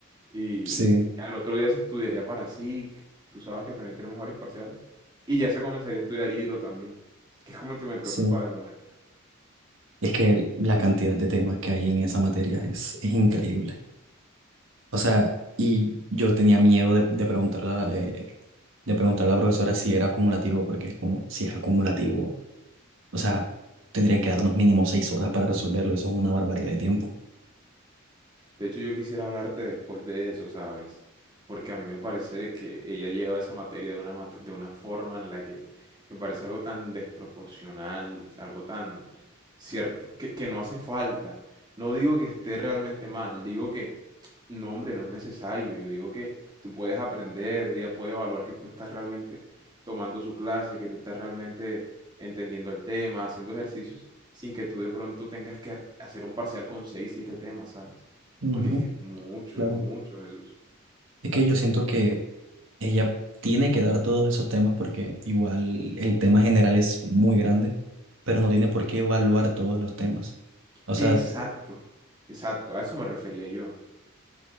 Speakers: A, on the right; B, on the right.
A: Y
B: sí,
A: al otro día se estudiaría para SIC. Tú sabes que también tenemos varios parciales. Y ya se comenzaría a estudiar hidro también, que es como el que me preocupa
B: sí.
A: de momento.
B: Es que la cantidad de temas que hay en esa materia es, es increíble. O sea, y yo tenía miedo de, de preguntarle a la, eh, de preguntarle a la profesora si era acumulativo, porque es como, si es acumulativo, o sea, tendrían que darnos mínimo seis horas para resolverlo, eso es una barbaridad de tiempo.
A: De hecho, yo quisiera hablarte después de eso, ¿sabes? Porque a mí me parece que ella lleva esa materia de una, mate- de una forma en la que me parece algo tan desproporcional, algo tan cierto, que, que no hace falta. No digo que esté realmente mal, digo que, <tsk> no, hombre, no es necesario. Yo digo que tú puedes aprender, ella puede evaluar que tú estás realmente tomando su clase, que tú estás realmente entendiendo el tema, haciendo ejercicios, sin que tú de pronto tengas que hacer un parcial con seis, siete temas, ¿sabes?
B: Ujú,
A: Porque es que es mucho,
B: claro.
A: es mucho, Jesús.
B: Es que yo siento que ella tiene que dar todos esos temas porque igual el tema general es muy grande, pero no tiene por qué evaluar todos los temas. O sea,
A: Exacto, exacto, a eso me refería yo.